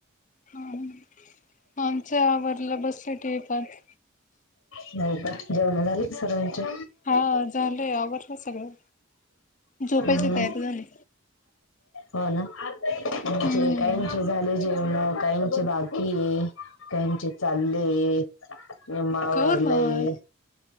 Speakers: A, on the left; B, on the left.
A: हा आमच्या आवरलं बसले टीव्ही पाहत
B: ब हो का जेवण झालीच सर्वांच्या
A: हा झालंय आवरलं सगळं झोपायच
B: हम्म.
A: तयारी झाले
B: हो ना म्हणजे
A: हम्म
B: काहींचे झाले जेवणं काहींचे बाकी हे काहींचे चाललेत निम्म आवरलंय
A: कवर मावळ